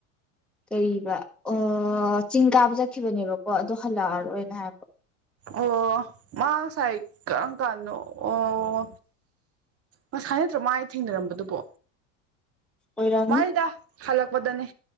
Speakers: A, in the centre; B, on the right (about 35°).
A: ꯀꯩꯔꯤꯕ ꯑꯣ ꯄ ꯆꯤꯡ ꯀꯥꯕ ꯆꯠꯈꯤꯕꯅꯦꯕꯀꯣ ꯑꯗꯨ ꯍꯜꯂꯛꯑꯔꯣꯏꯅ ꯍꯥꯏꯔꯕ
B: ꯑꯣ ꯃꯥ ꯉꯁꯥꯏ ꯀꯔꯝ ꯀꯥꯟꯅꯣ ꯑꯣ ꯉꯁꯥꯏ ꯅꯠꯇ꯭ꯔ ꯃꯥꯏ ꯊꯦꯡꯅꯔꯝꯕꯗꯨꯕꯣ
A: ꯑꯣꯏꯔꯝꯅꯤ
B: ꯃꯣꯏꯗ ꯍꯜꯂꯛꯄꯗꯅꯦ